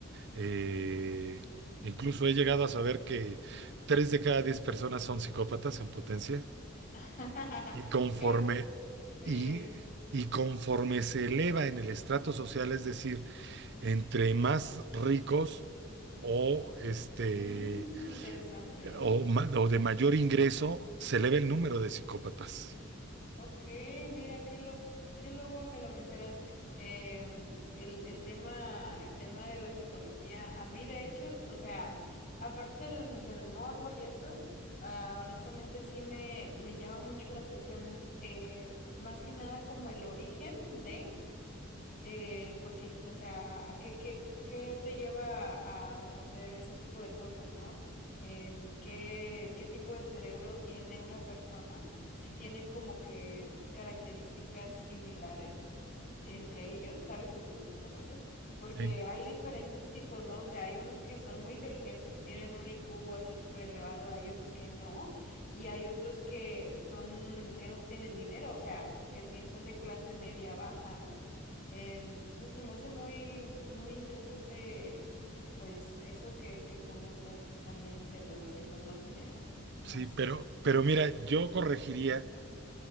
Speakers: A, on the right; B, on the left.
A: eh, incluso he llegado a saber que tres de cada diez personas son psicópatas en potencia
B: <laughs>
A: y conforme,
B: Qué bu- sí.
A: y, y conforme se eleva en el estrato social, es decir, entre más ricos o, este,
B: Mm, interesante.
A: o, ma- o de mayor ingreso se eleva el número de psicópatas.
B: Ok, mira, qué lo, qué lobo que lo mencionas. em, el, el tema, el tema de la psicología. A mí, de hecho, t- o sea, aparte del, del morbo y eso, ah, honestamente sí me, me llama mucho la atención, eh, más que nada como el origen de. Eh, pues sí, o sea, ¿a qué, qué, a qué te lleva a, a hacer ese tipo de cosas, ¿no? Em, ¿qué, qué tipo de cerebro tiene una persona? Si tienen como que características similares entre ellos, ¿sabes? Entre los psicópatas, porque
A: Sí,
B: hay diferentes tipos, ¿no? O sea, hay unos que son muy inteligentes, que tienen un IQ así súper elevado, hay otros que no, y hay otros que son, que no tienen dinero, o sea, que tien- son de clase media baja, ¿no? Em, entonces se me hace muy, muy interesante, pues, eso que, que comentas también de lo de mientras más dinero, más.
A: sí, pero, pero mira, yo corregiría,